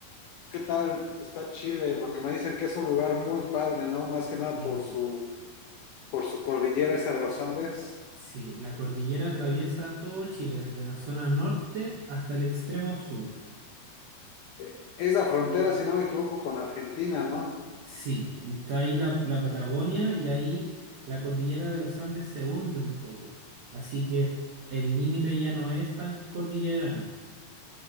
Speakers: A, on the left; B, on the right.
A: ¿Qué tal está Chile? Porque me dicen que es un lugar muy padre, ¿no? Más que nada
B: y
A: por su,
B: tres y
A: por su cordillera esta de los Andes.
B: sí, la cordillera atraviesa todo Chile, desde la zona norte hasta el extremo sur.
A: Eh, Es la frontera, si no me equivoco, con Argentina, ¿no?
B: Sí, y está ahí la, la Patagonia y ahí la cordillera de los Andes se hunde un poco. Así que el límite ya no es tan cordillerano.